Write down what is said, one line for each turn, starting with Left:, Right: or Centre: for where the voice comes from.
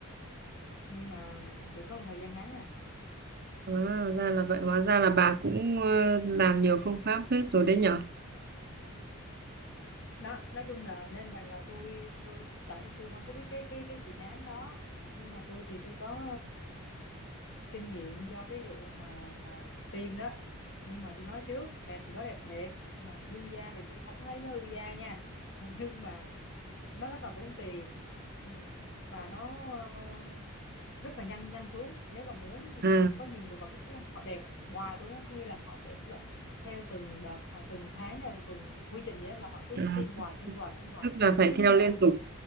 Left: nhưng mà được có một thời gian ngắn à
Right: à, ra là vậy hóa ra là bà cũng ờ, làm nhiều phương pháp hết rồi đấy nhở
Left: đó nói chung là nên rằng là tôi tôi chả tôi không có biết cái cái cái chị nám đó nhưng mà tôi thì tôi có kinh nghiệm do cái vụ mà mà tiêm đó nhưng mà tôi nói trước đẹp thì có đẹp thiệt mà hư da thì tôi không thấy nó hư da nha <laughs> nhưng mà nó rất là tốn tiền và nó ờ, rất là nhanh nhanh xuống nếu mà muốn
Right: à,
Left: có nhiều người vào có thấy không họ đẹp hoài đúng không có nghĩa là họ sẽ l- theo từng đợt họ từng tháng hay từng quy trình vậy đó là họ cứ
Right: à
Left: tiêm hoài tiêm hoài tiêm hoài
Right: tức là phải
Left: nhưng
Right: theo liên
Left: mà
Right: tục
Left: tôi